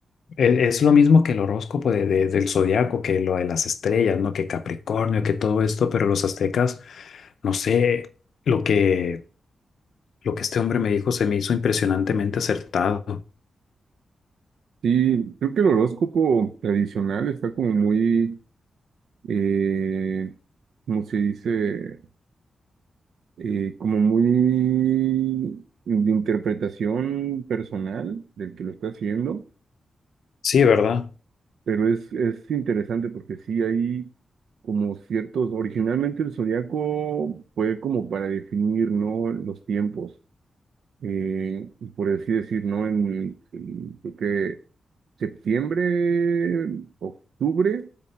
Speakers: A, on the left; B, on the right.
A: e- Es lo mismo que el horóscopo de, de- del zodiaco, que lo de las estrellas, ¿no? Que Capricornio, que todo esto, pero los aztecas, no sé, lo que, lo que este hombre me dijo se me hizo impresionantemente acertado.
B: Sí, creo que el horóscopo tradicional está como muy, eh, ¿cómo se dice? Eh, como muy de interpretación personal del que lo está haciendo
A: Sí, ¿verdad?
B: Pero es, es interesante porque sí hay como ciertos, originalmente el zodiaco fue como para definir, ¿no? Los tiempos, eh, por así decir, ¿no? En, en- creo que septiembre, octubre,